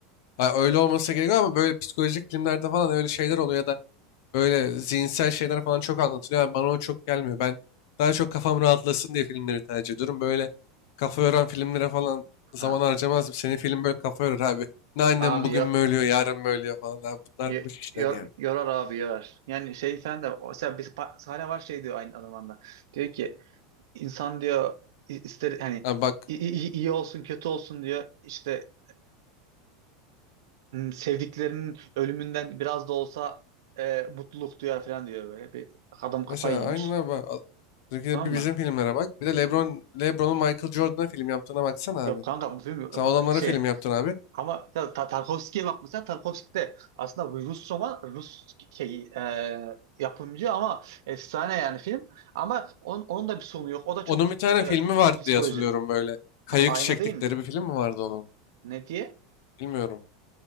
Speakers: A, on the left; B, on the right.
A: ha, öyle olmasa gerek yok ama böyle psikolojik filmlerde falan öyle şeyler oluyor ya da böyle zihinsel şeyler falan çok anlatılıyor. Yani bana o çok gelmiyor. Ben daha çok kafam rahatlasın diye filmleri tercih ediyorum. Böyle kafa yoran filmlere falan zaman
B: Ha.
A: harcamazdım. Senin film böyle kafa yorar abi. Ne annem
B: Abi
A: bugün
B: ya
A: mü ölüyor, yarın mı ölüyor falan. Abi bunlar
B: yo-
A: boş işler
B: yo-
A: ya. Yani
B: yorar abi yorar. Yani şey falan da mesela bir pa- sahne var şey diyor aynı zamanda. Diyor ki insan diyor i- ister hani
A: Ha bak
B: i- i- iyi olsun kötü olsun diyor işte sevdiklerinin ölümünden biraz da olsa e, mutluluk duyar falan diyor böyle. Bir adam kafayı
A: Mesela
B: yemiş.
A: aynen abi. Al- Türkiye'de
B: Tamam
A: bir bizim
B: mı?
A: filmlere bak. Bir de LeBron, LeBron'un Michael Jordan'a film yaptığına baksana
B: Yok
A: abi.
B: kanka bu film
A: Sen o adamlara
B: e, şey
A: film yaptın abi.
B: ama ya Ta- Tarkovski'ye bak mesela Tarkovski de aslında bu Rus roman Rus şey e, yapımcı ama efsane yani film ama onun, onun da bir sonu yok. O da çok
A: Onun bir tane
B: e,
A: filmi vardı
B: psikoloji.
A: diye hatırlıyorum böyle. Kayık
B: Ama ayna
A: çektikleri
B: değil mi?
A: bir film mi vardı onun?
B: Ne diye?
A: Bilmiyorum.